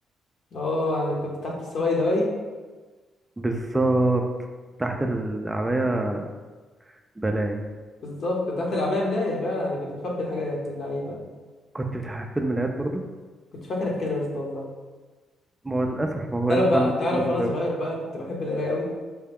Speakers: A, on the left; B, on the right.
A: اه يعني كنت تحت السواق دواي
B: بالظبط تحت ال- عليا بلايا
A: بالظبط كنت تحت العباية ملاية فعلا انا كنت مخبي الحاجة يا ابن اللعيبة
B: كنت بتحب الملايات برضو
A: كنت فاكرك كده يا اسطى والله
B: ما هو للاسف ما هو
A: تعرف
B: انت
A: بقى تعرف
B: برضو
A: وانا
B: زي
A: صغير بقى كنت بحب القراية قوي